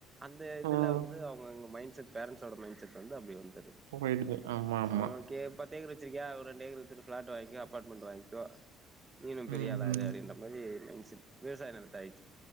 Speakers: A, on the right; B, on the right.
A: அந்த இதுல
B: ம்
A: வந்து அவங்க எங்க மைண்ட் செட் பேரண்ட்ஸோட மைண்ட செட் வந்து அப்டி வந்திரு <unintelligible>
B: போயிடுது ஆமா ஆமா
A: ஹா கே பத்து ஏக்கர் வச்சிருக்கியா ஒ ரெண்டு ஏக்கர் வித்துட்டு பிளாட் வாங்கி. அப்பார்ட்மெண்ட் வாங்கிக்கோ நீனும் பெரிய
B: ம்
A: ஆளா இரு அப்டின்ற மாரி மைண்ட செரி விவசாய நிலத்த அழி.